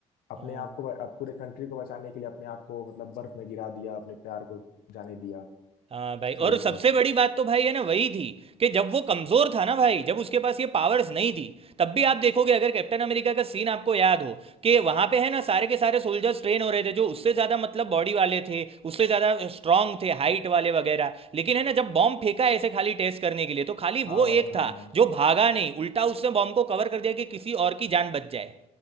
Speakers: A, on the left (about 70°); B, on the right (about 40°).
A: अपने
B: हाँ
A: आप को अब पूरे कंट्री को बचाने के लिए अपने आप को मतलब बर्फ में गिरा दिया अपने प्यार को जाने दिया
B: हाँ भाई
A: तो यही
B: और सबसे
A: सब
B: बड़ी बात तो भाई है ना वही थी कि जब वो कमजोर था ना भाई जब उसके पास ये पावर्स नहीं थी तब भी आप देखोगे अगर कैप्टन अमेरिका का सीन आपको याद हो कि वहां पे है ना सारे के सारे सोल्जर्स ट्रेन हो रहे थे जो उससे ज्यादा मतलब बॉडी वाले थे उससे ज्यादा स्ट्रांग थे हाइट वाले वगैरह लेकिन है ना जब बॉम्ब फेंका ऐसे खाली टेस्ट करने के लिए तो खाली
A: हाँ
B: वो
A: भाई
B: एक
A: हाँ
B: था
A: हाँ
B: जो भागा नहीं उल्टा उसने बॉम्ब को कवर कर दिया कि किसी और की जान बच जाए